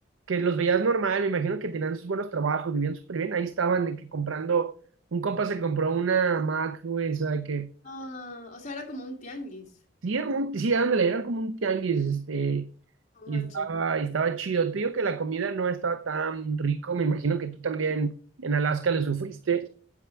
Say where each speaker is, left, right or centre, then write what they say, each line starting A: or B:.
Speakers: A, on the right; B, on the left.
A: que los veías normal, me imagino que tenían sus buenos trabajos, vivían súper bien, ahí estaban de que comprando, un compa se compró una Mac, güey, o sea, de que
B: Ah, o sea, era como un tianguis.
A: sí, era un, sí, ándale, era como un tianguis, este,
B: No manches.
A: y estaba, y estaba chido. Te digo que la comida no estaba tan rico, me imagino que tú también en Alaska le sufriste,